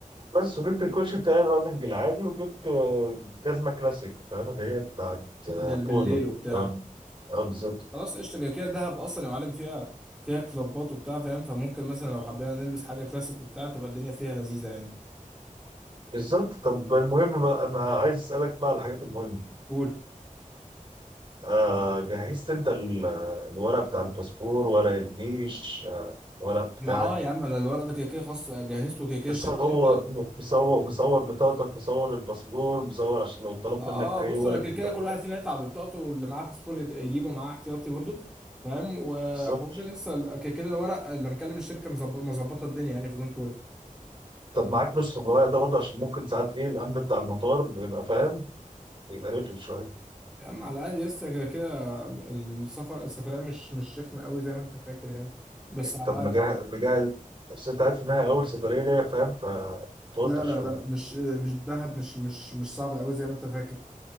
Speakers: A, on the right (about 35°); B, in the centre.
A: بس وجبت الكوتش بتاع الراننج العادي وجبت آه، جزمة كلاسيك فأنا جاية بتاعت آه،
B: ده بالليل
A: بولو
B: وبتاع
A: فاهم؟ اه بالظبط
B: خلاص قشطة كده كده دهب أصلا يا معلم فيها فيها كلابات وبتاع فاهم فممكن مثلا لو حبينا نلبس حاجة كلاسيك وبتاع تبقى الدنيا فيها لذيذة يعني
A: بالظبط طب المهم بقى انا عايز اسالك بقى على الحاجات المهمه
B: قول
A: آه جهزت انت ال- الورق بتاع الباسبور ورق الجيش آه ورق
B: مع
A: بتاعك
B: اه يا عم انا الورق ده كده كده خلاص جهزته كده كده
A: مصور
B: الشركة انت
A: مصور مصور بطاقتك مصور الباسبور مصور عشان لو طلب
B: اه
A: منك
B: اه
A: اي
B: بص
A: ورقه
B: انا كده
A: تبقى
B: كده كل واحد فينا يطلع ببطاقته اللي معاه باسبور يت- يجيبه معاه احتياطي برضه فاهم وحوار
A: بالظبط
B: لسه كده كده الورق اللي مكلم الشركة مظب- مظبطة الدنيا يعني في دونت وري
A: طب معاك نسخه من الورق ده برضه عشان ممكن ساعات ايه الامن بتاع المطار بيبقى فاهم بيبقى رخم شويه
B: يا عم على الأقل لسه كده كده السفر السفرية مش مش رخمة قوي زي ما أنت فاكر يعني بس على
A: طب مجهز
B: الأقل
A: مجهز بس انت عارف انها اول سفريه ليا فاهم فتوتر
B: لا
A: شويه
B: لا لا مش مش دهب مش مش مش صعب قوي زي ما انت فاكر